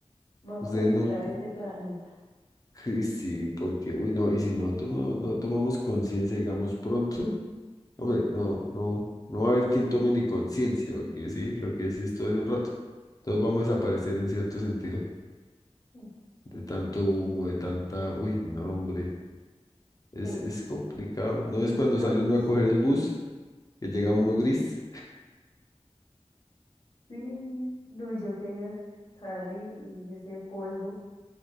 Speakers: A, on the left; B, on the left.
A: Vamos
B: Ustedes
A: a arreglar
B: no.
A: este planeta.
B: <laughs> Y Sí, porque, uy, no, y si nosotros no, no tomamos conciencia, digamos, pronto, hombre, no, no, no va a haber quien tome ni conciencia, porque sí, lo que decís todo hace un rato, todos vamos a desaparecer en cierto sentido,
A: Mm, ok.
B: de tanto humo, de tanta, uy, no, hombre, es,
A: El-
B: es complicado, no
A: yo
B: es cuando
A: creo
B: sale
A: que
B: uno
A: es,
B: a coger el bus, que llega uno gris,
A: sí. No, yo quería salir y ese polvo.